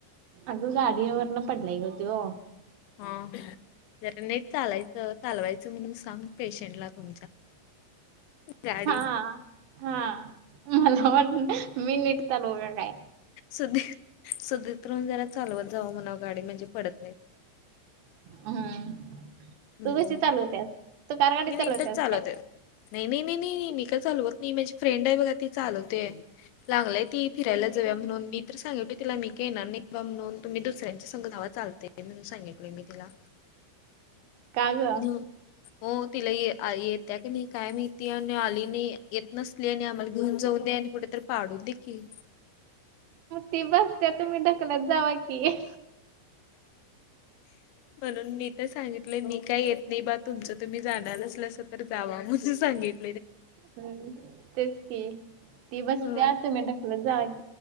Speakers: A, on the right; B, on the left.
A: अग गाडी वरन पडलाय गतीव.
B: हा जरा नेट चालायचं चालवायचं म्हणून सांग. पेशंट ला तुमच्या गाडी.
A: हा हा मला वाटत मी निटतालो वे आहे.
B: सध सध्या तरण जरा चालवत जावं म्हणाव गाडी म्हणजे पडत नाही.
A: हम्म
B: हम्म
A: तू कशी चालवतेस तू कारगाडीत
B: मी नीटच
A: चालवतेस
B: चालवते
A: काय?
B: नाही नाही नाही नाही नाही मी का चालवत नाही माझी फ्रेंड आहे बघा ती चालवतेय. लागलंय ती फिरायला जाऊया म्हणून मी तर सांगिते तिला मी का येणार नाहीबा म्हण तुम्ही दुसऱ्यांचा संघधावा चालत. ते म्हणून सांगितले मी तिला?
A: का ग
B: ह हो तिला येत आहे की नाही काय मिती आली नाही. येत नसली आणि आम्हाला घेऊन जाऊन दे आणि कुठेतरी पाडून दे की.
A: ती बसते तुम्ही ढकलत जावा की?
B: म्हणून मी तर सांगितलं मी. काही येत नाही बा तुमचं तुम्ही जाणार असलस तर जावा म्हणे सांगित!
A: हम्म तेच की ती बसते
B: हं.
A: आत मिनट खुलं जाक!